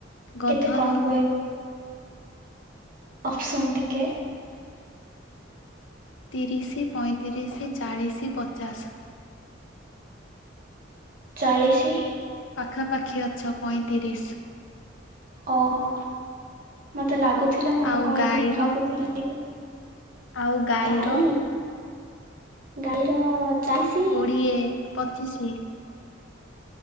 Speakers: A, on the left; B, on the right.
A: ଗଧର
B: କେତେ କମ୍ ଭାଇ ଅପସନ୍ ଟିକେ?
A: ତିରିଶି ପଇଁତିରିଶି ଚାଳିଶି ପଚାଶ୍।
B: ଚାଳିଶି।
A: ପାଖାପାଖି ଅଛ ପଇଁତିରିଶି।
B: ଓ ମତେ ଲାଗୁଥିଲା ମୁଁ
A: ଆଉ
B: କହିବି
A: ଗାଈର
B: ଭାବୁଥିଲି।
A: ଆଉ ଗାଈର
B: ଗାଈ ଗାଈର ଚାଳିଶି
A: କୋଡିଏ ପଚିଶି।